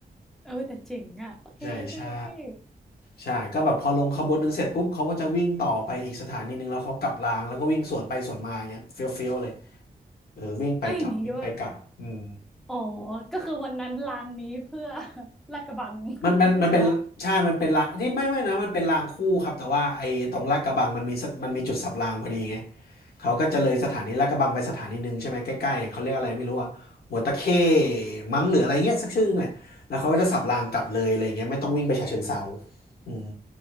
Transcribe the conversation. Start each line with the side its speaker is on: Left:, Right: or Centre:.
Centre: เออแต่เจ๋งอ่ะเท่เท่เท่
Left: ใช่ใช่ใช่ก็แบบพอลงขบวนหนึ่งเสร็จปุ๊บเขาก็จะวิ่งต่อไปอีกสถานีหนึ่งแล้วเขากลับรางแล้วก็วิ่งสวนไปสวนมาอย่างเงี้ยเฟี้ยวๆเลยเออวิ่งไปกลับวิ่งไปกลับอืม
Centre: เอ้ยอย่างงี้ก็แบบอ๋อก็คือวันนั้นลางนี้เพื่อ <laughs> ลาดกระบัง <laughs>
Left: มันมันมันเป็นใช่มันเป็นรางที่ไม่ไม่นะมันเป็นรางคู่ครับแต่ว่าไอ้ตรงลาดกระบังมันมีสมันมีจุดสับรางพอดีไง
Centre: โดยเฉพาะ
Left: เขาก็จะเลยสถานีลาดกระบังไปสถานีหนึ่งใช่ไหมใกล้ๆเขาเรียกอะไรไม่รู้อะหัวตะเข้
Centre: อม
Left: มั้งหรืออะไรเงี้ยสักชื่อนึงแหละแล้วเขาก็จะสับรางกลับเลยอะไรเงี้ยไม่ต้องวิ่งไปฉะเชิงเทราอืม